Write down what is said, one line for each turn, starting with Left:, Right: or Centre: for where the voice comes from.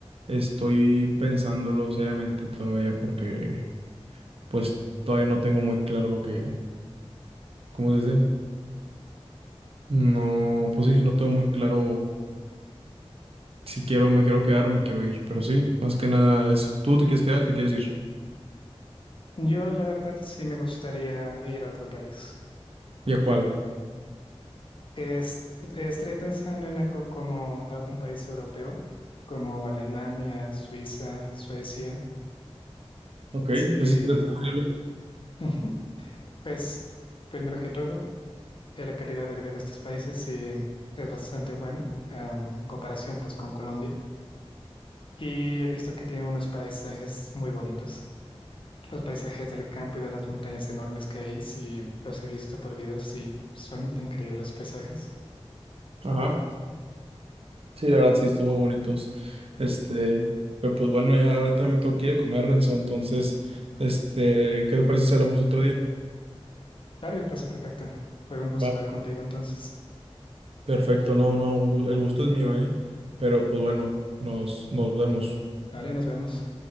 Right: estoy pensándolo seriamente todavía porque... pues todavía no tengo muy claro lo que, ¿cómo se dice? No, pues sí, no tengo muy claro si quiero, me quiero quedar o me quiero ir, pero sí, más que nada eso. ¿Tú te quieres quedar, te quieres ir?
Left: Yo, la verdad, sí me gustaría ir a otro país.
Right: ¿Y a cuál?
Left: Es, estaría pensando en algo como algún país europeo, como Alemania, Suiza, Suecia.
Right: Ok,
Left: Sí,
Right: es es posible.
Left: ujú. pues primero que todo, eh, la calidad de vida de estos países sí es bastante buena, am, en comparación pues con Colombia. Y he visto que tiene unos paisajes muy bonitos. Los paisajes del campo y de las montañas enormes que hay, sí los he visto por videos y son increíbles los paisajes.
Right: Ajá. Sí, la verdad sí, están muy bonitos. Este, pero pues bueno, ya ahorita me tengo que ir a comer, Renzo, entonces, este, ¿qué te parece si hablamos otro día?
Left: Vale, me parece perfecto. Fue un gusto
Right: Va.
Left: hablar contigo entonces.
Right: Perfecto, no, no, un gu- el gusto es mío, ¿eh? Pero pues bueno, nos, nos vemos.
Left: Vale, nos vemos.